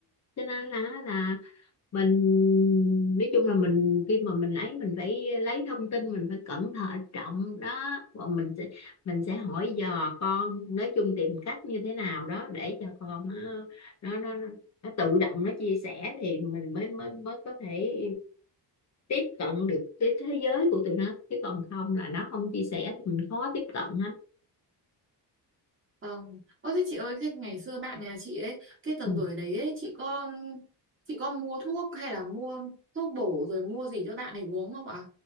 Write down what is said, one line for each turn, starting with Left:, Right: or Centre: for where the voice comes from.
Left: cho nên là là mình nói chung là mình khi mà mình ấy mình phải lấy thông tin mình phải cẩn thận trọng đó và mình sẽ mình sẽ hỏi dò con nói chung tìm cách như thế nào đó để cho con nó nó nó, nó nó tự động nó chia sẻ thì mình mới mới mới có thể tiếp cận được cái thế giới của tụi nó chứ còn không là nó không chia sẻ thì mình khó tiếp cận lắm
Right: vâng ơ thế chị ơi thế ngày xưa bạn nhà chị ấy cái tầm
Left: Ừ.
Right: tuổi đấy ấy, chị có chị có mua thuốc hay là mua thuốc bổ rồi mua gì cho bạn ấy uống không ạ